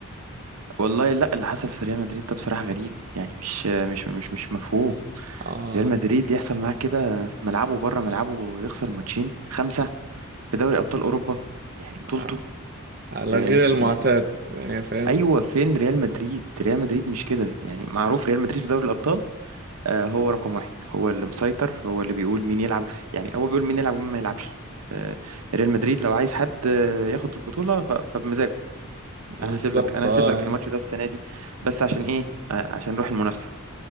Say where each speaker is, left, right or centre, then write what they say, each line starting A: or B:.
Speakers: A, on the right; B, on the right.
A: والله لا اللي حصل في ريال مدريد ده بصراحة غريب يعني مش مش مش مش مفهوم
B: <laughs> اه,
A: ريال مدريد يحصل معاه كده في ملعبه بره ملعبه يخسر ماتشين خمسة في دوري ابطال اوروبا يعني بطولته
B: آه على
A: أه
B: غير
A: في-
B: المعتاد
A: يعني
B: يعني فاهم
A: ايوه فين ريال مدريد ريال مدريد مش كده يعني معروف ريال مدريد في دوري الابطال آه، هو رقم واحد هو اللي مسيطر هو اللي بيقول مين يلعب يعني هو بيقول مين يلعب ومين ما يلعبش آه، ريال مدريد لو عايز حد آه، ياخد البطولة ف- فبمزاجه
B: بالظبط
A: انا هسيب لك انا
B: اه
A: هسيب لك الماتش ده السنة دي بس عشان ايه آه، عشان نروح المنافسة